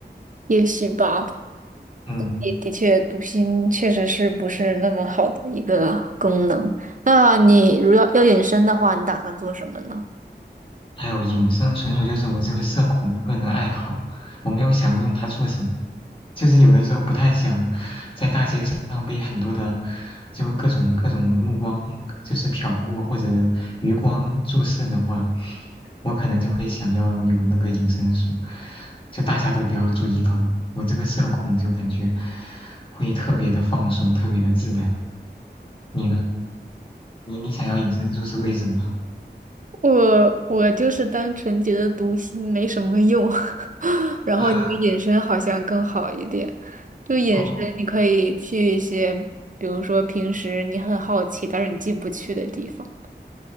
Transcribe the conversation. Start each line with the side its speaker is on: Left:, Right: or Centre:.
Right: 也许吧。
Left: 嗯。
Right: 也的确，读心确实是不是那么好的一个功能。那你如要要隐身的话，你打算做什么呢？
Left: 哎呦，隐身纯属就是我这个社恐的个人爱好，我没有想过用它做什么，就是有的时候不太想在大街上被很多的就各种各种目光就是瞟过或者余光注视的话，我可能就会想要有那个隐身术，就大家都不要注意到我我这个社恐就感觉会特别的放松，特别的自然。你呢？你你想要隐身术是为什么？
Right: 我我就是单纯觉得读心没什么用，<laughs> 然后你的引申好像更好一点。
Left: <laughs>
Right: 就引申，
Left: 哦，
Right: 你可以去一些，比如说平时你很好奇，但是你进不去的地方。